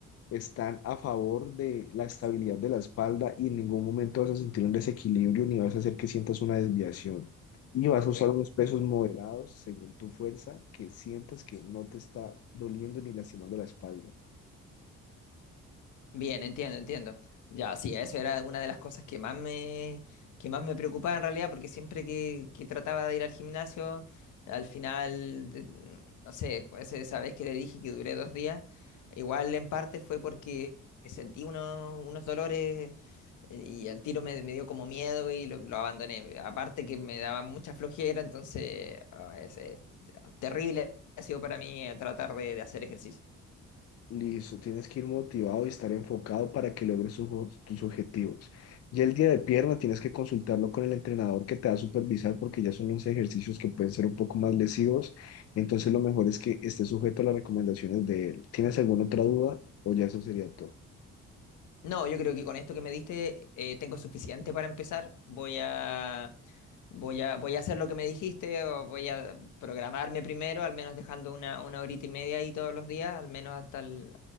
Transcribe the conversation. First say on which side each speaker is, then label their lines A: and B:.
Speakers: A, on the left; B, on the left.
A: están a favor de la estabilidad de la espalda y en ningún momento vas a sentir un desequilibrio ni vas a hacer que sientas una desviación. Y vas
B: Ok.
A: a usar unos pesos moderados según tu fuerza, que sientas que no te está doliendo ni lastimando la espalda.
B: Bien, entiendo, entiendo. Ya, sí, eso era una de las cosas que más me, que más me preocupaba en realidad, porque siempre que, que trataba de ir al gimnasio, al final, de- no sé, pues, esa vez que le dije que duré dos días, igual en parte fue porque sentí unos, unos dolores y al tiro me, me dio como miedo y lo, lo abandoné. Aparte que me daba mucha flojera, entonces ah, es, es terrible ha sido para mí eh, tratar de de hacer ejercicio.
A: Listo, tienes que ir motivado y estar enfocado para que logres sus o- tus objetivos. Y el día de pierna tienes que consultarlo con el entrenador que te va a supervisar porque ya son unos ejercicios que pueden ser un poco más lesivos. Entonces lo mejor es que estés sujeto a las recomendaciones de él. ¿Tienes alguna otra duda o ya eso sería todo?
B: No, yo creo que con esto que me diste eh, tengo suficiente para empezar. Voy a, voy a, voy a hacer lo que me dijiste o voy a programarme primero, al menos dejando una, una horita y media ahí todos los días, al menos hasta el,